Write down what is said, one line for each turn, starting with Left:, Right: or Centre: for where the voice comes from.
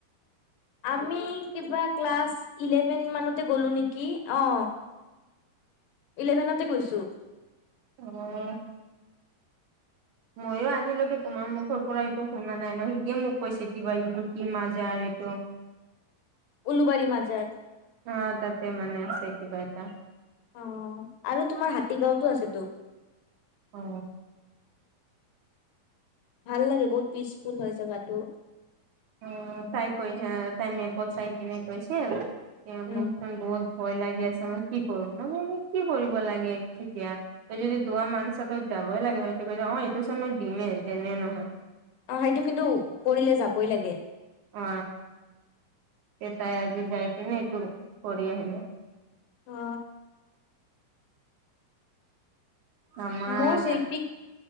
Left: আমি কিবা ক্লাছ ইলেভেন মানতে গ'লো নেকি, অ। ইলেভেনতে গৈছোঁ।
Right: অ। মইয়ো আজিলৈকে তোমাৰ মুখৰ পৰা এইটো শুনা নাই ন। সিতিয়ে মোক কৈছে কিবা এইটো কি মাজাৰ এইটো
Left: উলুবাৰী মাজাৰ।
Right: অ তাতে মানে আছে কিবা এটা।
Left: অ, আৰু তোমাৰ হাতী গাঁওটো আছেটো।
Right: অ,
Left: ভাল লাগে, বহুত পিচফুল হয় জেগাটো।
Right: অ তাই কৈছে, তাই মে পত চাই কেনে কৈছিল,
Left: উম
Right: মোক বহুত ভয় লাগি আছে মই কি কৰো। মই বোলো কি কৰিব লাগে এতিয়া। তই যদি দুৱা মাংচ তই যাবই লাগিব এইটো কৈনে অ এইটো চোন মই দিমেই যেনে নহয়।
Left: অ সেইটো কিন্তু কৰিলে যাবই লাগে।
Right: অ এ তাই আজি যাই কেনে এইটো কৰি আহিলে।
Left: অ।
Right: আমাৰ
Left: মও চিল্পিক